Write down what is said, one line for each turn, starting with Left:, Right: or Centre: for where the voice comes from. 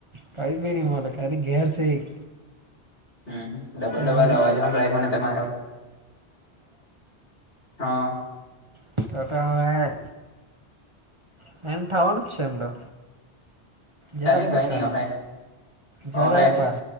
Right: કઈ બે ન મલા ખાલી ઘેર છે એક
Left: હમ ડબલ
Right: ને
Left: ડબલ
Right: મારી
Left: અવાજ સંભળાઈ મને તમારો. હા
Right: હ તો તો હવે થઠવાનું જ છે એમ તો
Left: ચાલ
Right: જરાક
Left: ને
Right: વાર
Left: કઈ નઈ
Right: ખાલી
Left: અહે
Right: જરાક
Left: અહે
Right: વાર